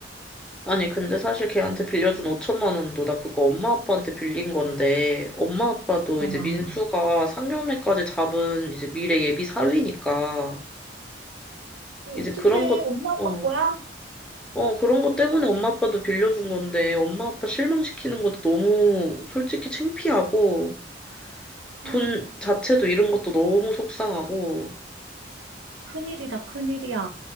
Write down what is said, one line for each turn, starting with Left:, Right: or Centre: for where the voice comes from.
Centre: 아니, 근데 사실 걔한테 빌려준 5천만 원도 나 그거 엄마 아빠한테 빌린 건데, 엄마 아빠도
Right: 와,
Centre: 이제 민수가 상견례까지 잡은 이제 미래 예비 사위니까,
Right: 어,
Centre: 이제
Right: 어떡해.
Centre: 그런 것,
Right: 엄마
Centre: 어,
Right: 아빠 거야?
Centre: 어, 그런 것 때문에 엄마 아빠도 빌려준 건데, 엄마 아빠 실망시키는 것도 너무 솔직히 창피하고, 돈
Right: 아,
Centre: 자체도 잃은 것도 너무 속상하고,
Right: 큰일이다, 큰일이야.